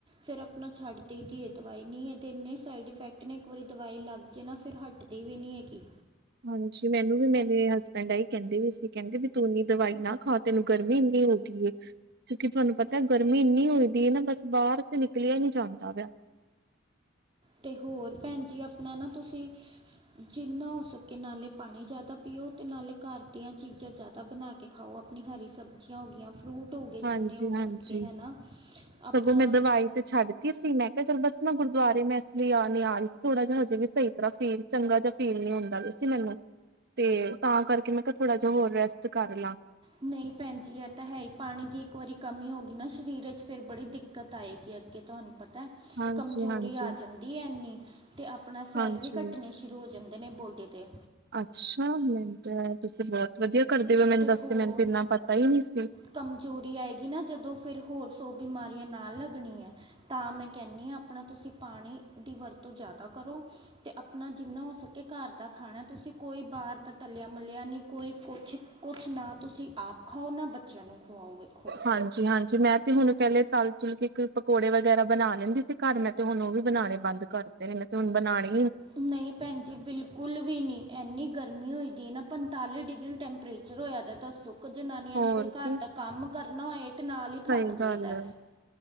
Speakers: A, on the right (about 25°); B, on the right (about 55°).
A: ਫਿਰ ਆਪਣਾ ਛੱਡ ਦੇਈ ਦੀਏ ਦਵਾਈ, ਨਹੀਂ ਇਹਦੇ ਇੰਨੇ ਸਾਈਡ ਇਫੈਕਟ ਨੇ ਇੱਕ ਵਾਰੀ ਦਵਾਈ ਲੱਗ ਜੇ ਨਾ ਫਿਰ ਹਟ ਹਟਦੀ ਵੀ ਨਹੀਂ ਹੈਗੀ।
B: ਹਾਂਜੀ, ਮੈਨੂੰ ਵੀ ਮੇਰੇ ਹਸਬੈਂਡ ਐਹੀ ਕਹਿੰਦੇ ਵੀ ਸੀ ਕਹਿੰਦੇ ਵੀ ਤੂੰ ਇੰਨੀ ਦਵਾਈ ਨਾ ਖਾ ਤੈਨੂੰ ਗਰਮੀ ਏਨੀ ਹੋ ਗਈ ਏ। ਕਿਉਂਕਿ ਤੁਹਾਨੂੰ ਪਤਾ ਗਰਮੀ ਇੰਨੀ ਹੋਈਦੀ ਏ ਨਾ, ਬਸ ਬਾਹਰ ਤੇ ਨਿਕਲਿਆ ਹੀ ਨਹੀਂ ਜਾਂਦਾ ਪਿਆ।
A: ਤੇ ਹੋਰ ਭੈਨ ਜੀ ਆਪਨਾ ਨਾ ਤੁਸੀ, ਜਿੰਨਾ ਹੋ ਸਕੇ ਨਾਲੇ ਪਾਨੀ ਜ਼ਿਆਦਾ ਪੀਓ ਤੇ ਨਾਲੇ ਘਰ ਦੀਆਂ ਚੀਜ਼ਾਂ ਜ਼ਿਆਦਾ ਬਨਾ ਕੇ ਖਾਓ, ਆਪਨੀ ਹਰੀ ਸਬਜ਼ੀਆਂ ਹੋ ਗਈਆਂ, ਫਰੂਟ ਟ ਹੋਗੇ
B: ਹਾਂਜੀ-ਹਾਂਜੀ
A: ਜਿੰਨੇ ਹੋ ਸਕੇ ਹਨਾ, ਆਪਨਾ
B: ਸਗੋਂ ਮੈਂ ਦਵਾਈ ਤੇ ਛੱਡਤੀ ਸੀ, ਮੈਂ ਕਿਹਾ ਚੱਲ ਬਸ ਨਾ ਗੁਰਦੁਆਰੇ ਮੈਂ ਇਸ ਲਈ ਆ ਨੀ ਆ ਰਹੀ ਸੀ ਥੋੜਾ ਜਿਹਾ ਹਜੇ ਵੀ ਸਹੀ ਤਰਾਹ ਫੀਲ ਚੰਗਾ ਜਿਹਾ ਫੀਲ ਨੀ ਹੁੰਦਾ ਪਿਆ ਸੀ ਮੈਨੂੰ, ਤੇ ਤਾਂ ਕਰਕੇ ਮੈਂ ਕਿਹਾ, ਥੋੜਾ ਜਿਹਾ ਹੋਰ ਰੈਸਟ ਕਰ ਲਾਂ।
A: ਨਹੀਂ ਭੈਨ ਜੀ, ਇਹ ਤਾਂ ਹੈ ਹੀ ਪਾਣੀ ਦੀ ਇੱਕ ਵਾਰੀ ਕਮੀ ਹੋ ਗਈ ਨਾ ਸਰੀਰ ਵਿੱਚ ਫਿਰ ਬੜੀ ਦਿੱਕ ਦਿੱਕਤ ਆਏਗੀ ਅੱਗੇ ਤੁਹਾਨੂੰ ਪਤਾ,
B: ਹਾਂਜੀ-ਹਾਂਜੀ,
A: ਕਮਜ਼ੋਰੀ ਆ
B: ਹਾਂਜੀ।
A: ਜਾਂਦੀ ਤ ਇੰਨੀ, ਤੇ ਆਪਣਾ ਸੈੱਲ
B: ਹਾਂਜੀ,
A: ਵੀ ਕੱਟਨੇ ਸ਼ੁਰੂ ਹੋ ਜਾਂਦੇ ਨੇ ਬੋਡੀ ਦੇ।
B: ਅੱਛਾ, ਮੈਨੂੰ ਤਾਂ ਤੁਸੀਂ ਬਹੁਤ ਵਧੀਆ ਕਰਦੇ ਹੋ ਮੈਨੂੰ
A: ਤੇ
B: ਦੱਸਦੇ
A: ਹੋਰ
B: ਮੈਨੂੰ ਤੇ ਇੰਨਾ ਪਤਾ ਹੀ ਨਹੀਂ ਸੀ।
A: ਕਮਜ਼ੋਰੀ ਆਏਗੀ ਨਾ ਜਦੋਂ, ਫਿਰ ਹੋਰ ਸੌ ਬਿਮਾਰੀਆਂ ਨਾਲ ਲੱਗਣੀਯਾਂ। ਤਾਂ ਮੈਂ ਕਹਿੰਨੀ ਆ ਆਪਣਾ ਤੁਸੀਂ ਪਾਣੀ, ਦੀ ਵਰਤੋਂ ਜ਼ਿਆਦਾ ਕਰੋ ਤੇ ਅਪ ਅਪਨਾ ਜਿੰਨਾ ਹੋ ਸਕੇ, ਘਰ ਦਾ ਖਾਣਾ ਤੁਸੀਂ ਕੋਈ ਬਾਹਰ ਦਾ ਤੱਲਿਆ ਮੱਲਿਆ ਨਹੀਂ ਕੋਈ ਕੁਛ ਕੁਛ ਨਾ ਤੁਸੀਂ ਆਪ ਖਾਓ, ਨਾ ਬੱਚਿਆਂ ਨੂੰ ਖਵਾਓ। ਵੇਖੋ
B: ਹਾਂਜੀ -ਹਾਂਜੀ, ਮੈਂ ਤੇ ਹੁਨ ਪਹਿਲੇ ਤਲ ਤੁਲ ਕੇ ਪਕੌੜੇ ਵਗੈਰਾ ਬਨਾ ਲੈਂਦੀ ਸੀ ਘਰ, ਮੈਂ ਤੇ ਹੁਨ ਓਹ ਵੀ ਬਣਾਉਨੇ ਬੰਦ ਕਰਤੇ ਨੇ ਮੈਂ ਤੇ ਹੁਨ ਬਣਾਨੇ
A: ਨਹੀਂ ਭੈਨ ਜੀ ਬਿਲਕੁਲ ਵੀ ਨੀ। ਇੰਨੀ ਗਰਮੀ ਹੋਈ ਦੀ ਨਾ, ਪੰਤਾਲੀ ਡਿਗਰੀ ਟੈਂਪਰੇਚਰ ਹੋਇਆ ਤਾਂ ਦੱਸੋ। ਜਨਾਨੀਆਂ
B: ਹੋਰ
A: ਨੇ ਕੋਈ
B: ਕੀ
A: ਘਰ ਦਾ ਕੰਮ ਕਰਨਾ ਹੋਏ। ਨਾਲ ਈ
B: ਸਹੀ
A: ਥੱਕ ਜਾਈਦਾ,
B: ਗੱਲ ਹੈ